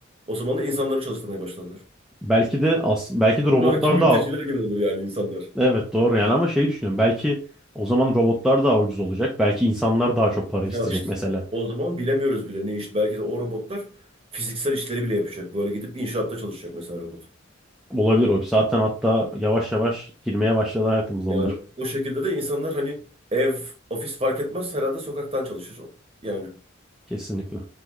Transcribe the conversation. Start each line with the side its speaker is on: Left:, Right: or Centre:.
Right: O zaman da insanları çalıştırmaya başladılar.
Centre: Belki de as belki de robotlar
Right: Şu anki mülteciler
Centre: daha
Right: gibi olur yani insanlar.
Centre: evet doğru yani ama şeyi düşünüyorum belki o zaman robotlar daha ucuz olacak belki insanlar daha çok para isteyecek
Right: Ya işte
Centre: mesela.
Right: o zaman bilemiyoruz bile ne iş. Belki de o robotlar fiziksel işleri bile yapacak. Böyle gidip inşaatta çalışacak mesela robot.
Centre: Olabilir o. Zaten hatta yavaş yavaş girmeye başladı hayatımıza
Right: Yani
Centre: onlar.
Right: o şekilde de insanlar hani ev, ofis fark etmez herhalde sokaktan çalışır. Yani
Centre: Kesinlikle.